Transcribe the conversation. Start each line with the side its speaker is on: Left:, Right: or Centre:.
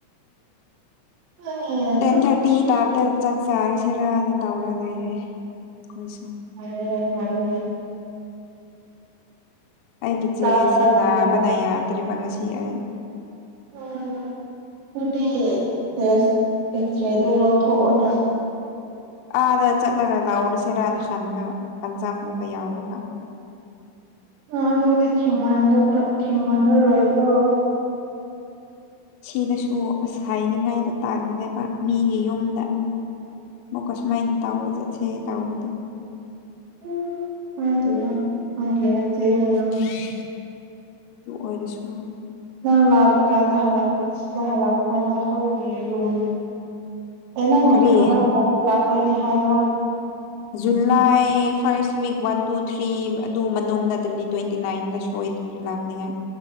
Right: ꯐꯔꯦꯅꯦ
Left: ꯇꯦꯟ ꯊꯥꯔꯇꯤ ꯇꯥꯕꯗ ꯆꯥꯛ ꯆꯥꯔꯁꯤꯔꯅ ꯇꯧꯔ ꯂꯩꯔꯦ ꯑꯩꯈꯣꯏꯁꯨ
Right: ꯐ꯭ꯔꯦꯅꯦ ꯐ꯭ꯔꯦꯅꯦ
Left: ꯑꯩꯒꯤ ꯆꯦꯁꯁꯦ
Right: ꯆꯥꯔꯒ ꯂꯩꯔꯒ
Left: ꯅꯥꯕꯅ ꯌꯥꯗ꯭ꯔꯦꯕ ꯉꯁꯤ ꯑꯩ
Right: ꯑꯥ ꯑꯗꯨꯗꯤ ꯇꯦꯁ ꯑꯦꯛꯁꯔꯦꯗꯣ ꯂꯧꯊꯣꯛꯑꯣꯅꯥ
Left: ꯑꯥꯗ ꯆꯠꯂꯒ ꯂꯧꯔꯁꯤꯔꯅ ꯈꯟꯕ ꯄꯟꯖꯥꯕ ꯑꯃꯨꯛꯀ ꯌꯧꯔꯒ
Right: ꯑ ꯑꯗꯨꯗꯤ ꯊꯦꯡꯃꯟꯒꯗ꯭ꯔ ꯊꯦꯃꯟꯑꯔꫭꯏꯗ꯭ꯔꫭ
Left: ꯁꯤꯗꯁꯨ ꯑꯁ ꯍꯥꯏꯅꯤꯡꯉꯥꯏꯗꯣ ꯇꯥꯟꯕꯅꯦꯕ ꯃꯤꯒꯤ ꯌꯨꯝꯗ ꯃꯨꯛꯀꯁꯨꯃꯥꯏꯅ ꯇꯥꯎꯕ ꯆꯠꯁꯦ ꯇꯥꯎꯕꯗꯣ
Right: ꯎꯝ ꯍꯥꯏꯗꯦꯅ ꯍꯡꯒꯦꯅꯆꯦꯅꯤꯅ <unintelligible>
Left: ꯎ <unintelligible> ꯑꯗꯨ ꯑꯣꯏꯔꯁꯨ
Right: ꯅꯪ ꯂꯥꯛꯄ ꯀꯥꯟꯗ ꯍꯜꯂꯛ ꯑꯁꯤꯗ ꯍꯜꯂꯛꯄ ꯅꯈꯣꯏꯒꯤ ꯔꯨꯝ ꯑꯦ ꯅꯪ
Left: ꯀꯔꯤ
Right: ꯀꯔꯝꯀꯥꯟꯗ ꯂꯥꯛꯇꯣꯏꯅꯦ ꯍꯥꯏꯕ꯭ꯔꯥ
Left: July first week one two three ꯑꯗꯨ ꯃꯅꯨꯡ ꯅꯠꯇ꯭ꯔꯗꯤ ꯇ꯭ꯋꯦꯟꯇꯤ ꯅꯥꯏꯟꯗ ꯁꯣꯏꯗꯕꯤ ꯂꯥꯛꯅꯤꯉꯥꯏ